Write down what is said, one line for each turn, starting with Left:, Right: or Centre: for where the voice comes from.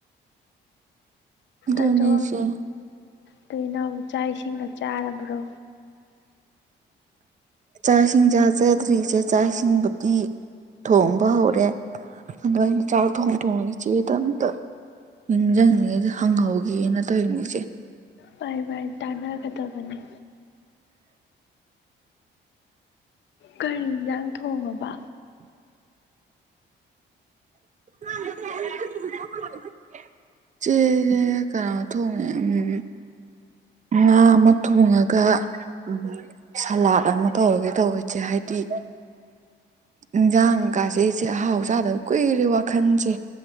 Right: ꯑꯗꯨꯅꯦ
Left: ꯑꯗꯣ
Right: ꯏꯆꯦ
Left: ꯇꯣꯏ ꯏꯅꯥꯎ ꯆꯥꯛ ꯏꯁꯤꯡꯅ ꯆꯥꯔꯕ꯭ꯔꯣ
Right: ꯆꯥꯛ ꯏꯁꯤꯡꯁꯦꯖꯗ꯭ꯔꯤꯁꯦ ꯆꯥꯛ ꯏꯁꯤꯡꯕꯒꯤ ꯊꯣꯡꯕ ꯍꯧꯔꯦ ꯑꯗꯨꯃ ꯑꯥꯏꯩꯅ ꯆꯥꯛ ꯊꯣꯡ ꯊꯣꯡꯉꯒꯤ ꯆꯦꯗ ꯑꯝꯇ ꯅꯤꯡꯁꯤꯡꯉꯦꯗ ꯍꯪ ꯍꯧꯒꯦꯅ ꯇꯧꯔꯤꯅꯤꯆꯦ
Left: ꯄꯥꯏꯚꯥꯏ ꯇꯥꯟꯅꯒꯗ ꯃꯅꯤ ꯀꯔꯤ ꯌꯦꯟꯖꯥꯡ ꯊꯣꯡꯉꯕ
Right: <inaudible> ꯆꯦꯁꯦ ꯀꯅꯥ ꯊꯣꯡꯉꯦ ꯎꯝ ꯉꯥ ꯑꯃ ꯊꯣꯡꯉꯒ ꯎ ꯁꯂꯥꯠ ꯑꯃ ꯇꯧꯔꯒꯦ ꯇꯧꯕꯁꯦ ꯍꯥꯏꯗꯤ ꯏꯟꯖꯥꯡ ꯀꯥꯁꯦꯁꯦ ꯑꯍꯥꯎ ꯆꯥꯗꯕ ꯀꯨꯏꯔꯦ ꯋꯥꯈꯟꯁꯦ